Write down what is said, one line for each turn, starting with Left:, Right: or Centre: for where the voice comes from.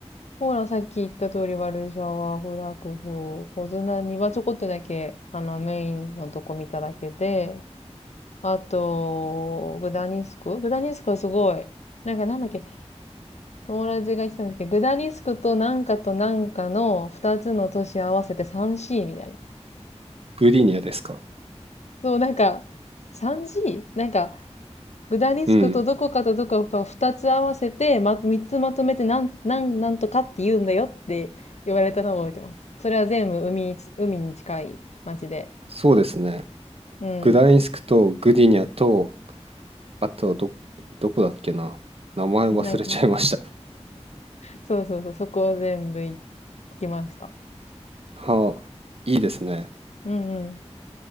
Left: ポーランドさっき言った通り、ワルシャワ、フラクフ、ポズナにはちょこっとだけ、あの、メインのとこ見ただけで、あと、グダニスクグダニスクはすごい、なんかなんだっけ、友達が言ってたんですけど、グダニスクとなんかとなんかの二つの都市合わせて 3C みたいな。
Right: グディニアですか
Left: そう、なんか、3G? なんか、グダリスクとどこかとどこかを二つ合わせて、
Right: うん。
Left: ま、三つまとめてなん、なん、なんとかって言うんだよって言われたのを覚えてます。それは全部海に、海に近い町で。
Right: そうですね。
Left: うん。
Right: グダインスクとグディニャと、あとはど、どこだっけな。名前忘れちゃいました。
Left: なんか、そうそうそう、そこを全部行ってきました。
Right: <laughs> はあ、いいですね。
Left: うんうん。